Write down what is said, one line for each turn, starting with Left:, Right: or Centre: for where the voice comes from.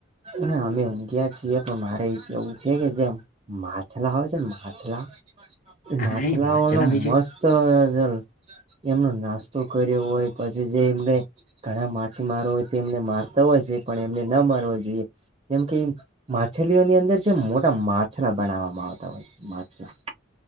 Right: ના અમે ઊંઘ્યા છીએ પણ મારે એ એવું છે કે જેમ માછલા હોય છે ને માછ માછલા તો
Left: હા
Right: માછલાઓ
Left: એ માં ચલાવી
Right: નો
Left: છે
Right: મસ્ત ત ઘર એમનો નાસ્તો કર્યો હોય પછી જે એમને ઘણા માછીમારો હોય તો તેમને મારતા હોય છે પણ એમને ના મારવા જોઈએ કેમકે ઈ માછલીઓની અંદર જે મોટા માછલા બનાવવામાં આવતા હોય. માછલા